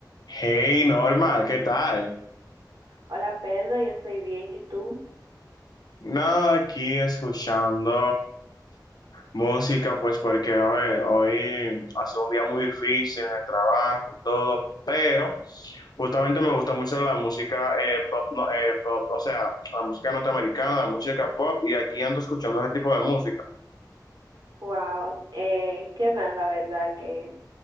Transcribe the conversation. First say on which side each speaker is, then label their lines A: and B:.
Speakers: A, on the left (about 60°); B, on the right (about 65°).
A: Hey Norma, ¿qué tal?
B: Hola Pedro, yo estoy bien, ¿y tú?
A: Nada, aquí escuchando música, pues porque, a ver, hoy ha sido un día muy difícil en el trabajo y todo, pero justamente me gusta mucho la música eh, pop, no, eh, pop, o sea, la música norteamericana, la música pop, y aquí ando escuchando ese tipo de música.
B: Wow, eh, qué mal la verdad que